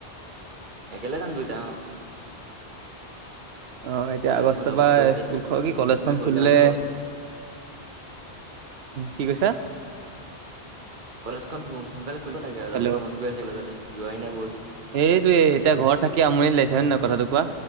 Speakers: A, on the right (about 50°); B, on the right (about 70°).
A: একে ল'গে যাম দুটাই অ
B: অ এতিয়া
A: কলেজখন
B: আগষ্টৰ
A: যাব
B: পৰা
A: মন গৈ আছে
B: স্কুল
A: এতিয়া
B: খ কি কলেজ
A: সোনকালে
B: খন খুলিলে
A: ভাল হ'ব আৰু
B: কি কৈছা
A: কলেজখন সোনকালে খুলিব লাগে আৰু
B: হেল্ল'
A: যাবলৈ মন গৈ আছে কলেজলৈ যোৱাই নাই বহুত দিন।
B: এইটোয়ে এতিয়া ঘৰৰত থাকি আমনি লাইছে হয় নে নহয় কথাটো কোৱা।